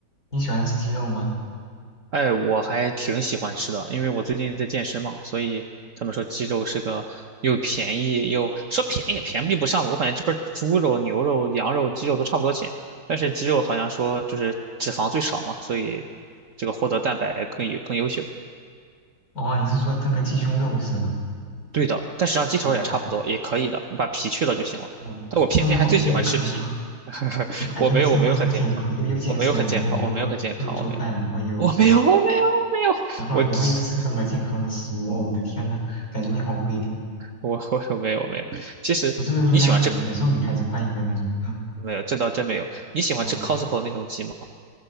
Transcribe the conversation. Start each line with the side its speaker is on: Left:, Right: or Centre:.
Left: 你喜欢吃鸡肉吗？
Right: 哎，我还挺喜欢吃的，因为我最近在健身嘛，所以他们说鸡肉是个又便宜又说便宜也便宜不上吧，我感觉这边儿猪肉、牛肉、羊肉、鸡肉都差不多钱，但是鸡肉好像说就是脂肪最少嘛，所以这个获得蛋白更有更优秀。
Left: 哦，你是说炖个鸡胸肉是吧？
Right: 对的，但实际上鸡腿儿也差不多，
Left: 哦，
Right: 也可以的，你把皮去了就行了。
Left: 哇，
Right: 但我偏偏还最喜欢吃皮，
Left: 那你好健康啊！
Right: <laughs>
Left: 怎么感觉你生活这么健康，
Right: 我没有，我没有很健康，
Left: 又又健身，
Right: 我没有很健康，
Left: 然后又又做饭，
Right: 我没有很健康，我没有，
Left: 然后又
Right: 我没有，我没有，我没有，
Left: 然后然后又吃这么健康的食物？
Right: 我。<laughs>
Left: 哦，我的天呐，感觉你好规律。
Right: <laughs> 我我我没有没有，其实你喜欢吃
Left: 你是不是应该很很受女孩子欢迎的那种？嗯，
Right: 没有？这倒真没有。你喜欢吃
Left: 哦
Right: Costco 那种鸡吗？